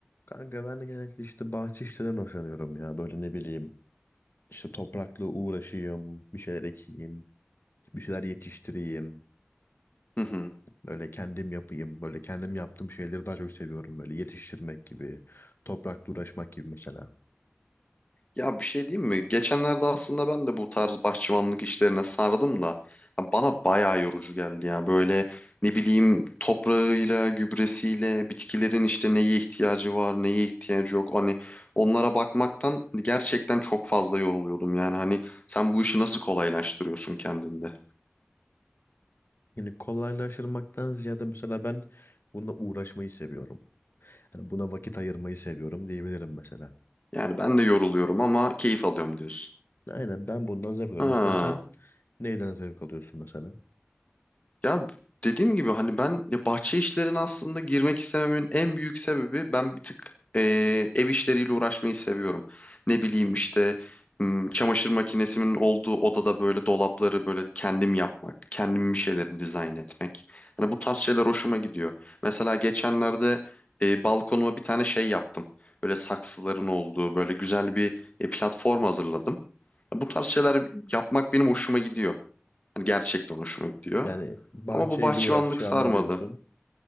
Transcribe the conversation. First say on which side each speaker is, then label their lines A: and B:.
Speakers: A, on the left; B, on the left.
A: Kanka ben de genellikle işte bahçe işlerinden hoşlanıyorum ya. Böyle ne bileyim işte toprakla uğraşayım, bir şeyler ekeyim, bir şeyler yetiştireyim.
B: Hı hı.
A: Böyle kendim yapayım. Böyle kendim yaptığım şeyleri daha çok seviyorum. Böyle yetiştirmek gibi, toprakla uğraşmak gibi mesela.
B: Ya bir şey diyeyim mi? Geçenlerde aslında ben de bu tarz bahçıvanlık işlerine sardım da ya bana bayağı yorucu geldi ya. Böyle ne bileyim toprağıyla, gübresiyle, bitkilerin işte neye ihtiyacı var, neye ihtiyacı yok. Hani onlara bakmaktan gerçekten çok fazla yoruluyordum. Yani hani sen bu işi nasıl kolaylaştırıyorsun kendinde?
A: Yani kolaylaştırmaktan ziyade mesela ben bununla uğraşmayı seviyorum. Yani buna vakit ayırmayı seviyorum diyebilirim mesela.
B: Yani ben de yoruluyorum ama keyif alıyorum diyorsun.
A: Aynen ben bundan zevk alıyorum.
B: Ha.
A: Mesela sen neyden zevk alıyorsun mesela?
B: Ya dediğim gibi hani ben ya bahçe işlerine aslında girmek istememin en büyük sebebi ben bir tık eee, ev işleriyle uğraşmayı seviyorum. Ne bileyim işte hmm, çamaşır makinesimin olduğu odada böyle dolapları böyle kendim yapmak, kendim bir şeyleri dizayn etmek. Hani bu tarz şeyler hoşuma gidiyor. Mesela geçenlerde eee balkonuma bir tane şey yaptım. Böyle saksıların olduğu böyle güzel bir e, platform hazırladım. Bu tarz şeyler yapmak benim hoşuma gidiyor. Hani gerçekten hoşuma gidiyor.
A: Yani bahçeyle
B: Ama bu bahçıvanlık
A: uğraşacağıma
B: sarmadı.
A: diyorsun.